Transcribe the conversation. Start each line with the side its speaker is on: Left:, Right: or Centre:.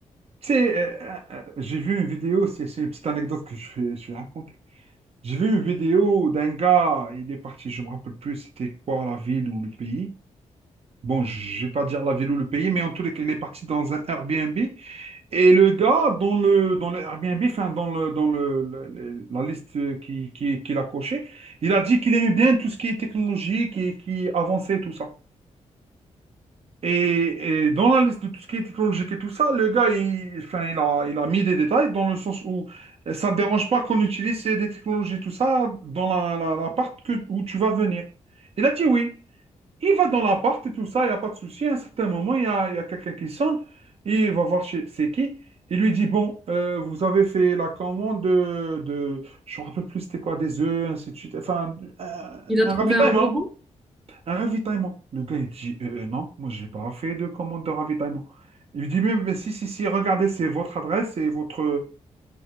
Right: sais, euh, euh, euh, j'ai vu une vidéo, c'est c'est une petite anecdote que je vais, je vais raconter. J'ai vu une vidéo d'un gars, il est parti, je me rappelle plus c'était quoi la ville ou le pays. Bon, je vais pas dire la ville ou le pays, mais en tous les cas, il est parti dans un Airbnb. Et le gars, dans le, dans le Airbnb, enfin, dans le, dans le, le- le- la liste qui, qui, qu'il a cochée, il a dit qu'il aimait bien tout ce qui est technologique et qui avançait et tout ça. Et, et dans la liste de tout ce qui est technologique et tout ça, le gars, il, enfin, il a, il a mis des détails dans le sens où euh, ça ne dérange pas qu'on utilise euh, des technologies, tout ça, dans la, la, l'appart que, où tu vas venir. Il a dit oui. Il va dans l'appart et tout ça, il n'y a pas de souci. À un certain moment, il y a, il y a quelqu'un qui sonne. Il va voir chez- c'est qui. Il lui dit, bon, euh, vous avez fait la commande de, de- je ne me rappelle plus c'était quoi, des œufs, ainsi de suite. Enfin, euh,
Centre: Il
Right: un
Centre: a trouvé
Right: ravitaillement.
Centre: un robot?
Right: Un ravitaillement. Le gars, il dit, Euh, euh, non, moi, j'ai pas fait de commande de ravitaillement. Il lui dit, mais, mais si, si, si, regardez, c'est votre adresse et votre...